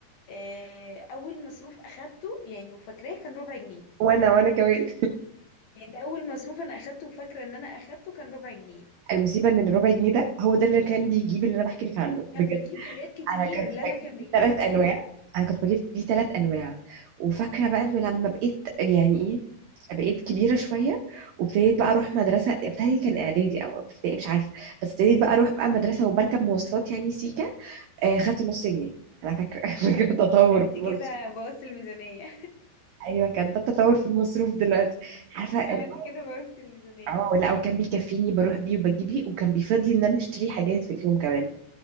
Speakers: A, on the left; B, on the right.
A: اه اول مصروف اخدته يعني وفاكراه كان ربع جنيه
B: وانا وانا كمان
A: يعني ده اول مصروف انا اخدته وفاكرة ان انا اخدته كان ربع جنيه
B: المصيبه ان الربع جنيه ده هو ده اللي كان بيجيب اللي انا بحكي لك عنه بجد
A: كان بيجيب حاجات كتير
B: انا كنت
A: لا
B: بجيب
A: لا كان بيجيب
B: دي ثلاث
A: كتير
B: انواع انا كنت بجيب دي ثلاث انواع وفاكره بقى انه لما بقيت يعني ايه بقيت كبيره شويه وابتديت بقى اروح مدرسه ابتدائي كان اعدادي او ابتدائي مش عارفه بس ابتديت بقى اروح بقى مدرسه وبركب مواصلات يعني سيكه آه خدت نص جنيه انا فاكره <laughs> فاكره تطور
A: انتي
B: في المصروف
A: كده بوظتي الميزانية
B: ايوه كان ده التطور في المصروف دلوقتي
A: <laughs>
B: عارفه ال-
A: اه انتي كده بوظتي الميزانية
B: اه لا وكان بيكفيني بروح بيه وبجيب بيه وكان بيفضلي ان انا اشتري حاجات في اليوم كمان